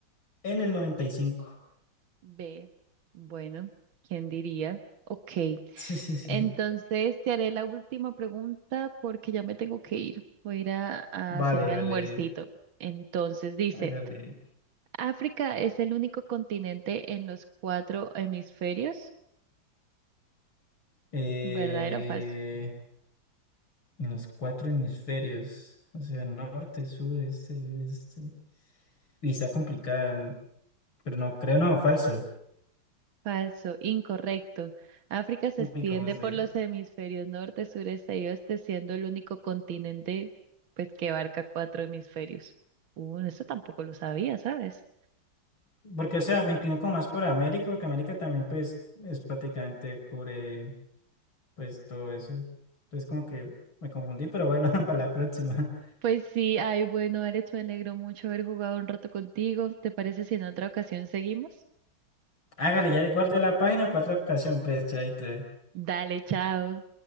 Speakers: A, on the left; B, on the right.
A: en el 95.
B: B. Bueno, ¿quién diría? Ok.
A: <laughs>
B: Entonces te haré la última pregunta porque ya me tengo que ir. Voy a ir a, a
A: Vale,
B: hacer mi
A: vale,
B: almuercito. Entonces dice.
A: hágale.
B: África es el único continente en los cuatro hemisferios.
A: Eh,
B: ¿Verdadero o falso?
A: en los cuatro hemisferios, o sea, norte, sur, este y oeste. Y está complicada, n- pero no, creo no, falso.
B: Falso, incorrecto. África se
A: Uy,
B: extiende
A: como se...
B: por los hemisferios norte, sureste y oeste, siendo el único continente pues, que abarca cuatro hemisferios. Uh, eso tampoco lo sabía, ¿sabes?
A: Porque, o sea, me inclino como más por América, porque América también, pues, es prácticamente cubre, pues, todo eso. Entonces, como que me confundí, pero bueno, <laughs> para la próxima.
B: Pues sí, ay, bueno, Alex, me alegro mucho haber jugado un rato contigo. ¿Te parece si en otra ocasión seguimos?
A: Hágale, ya recuerde la página para otra ocasión, pues, chaito.
B: Dale, chao.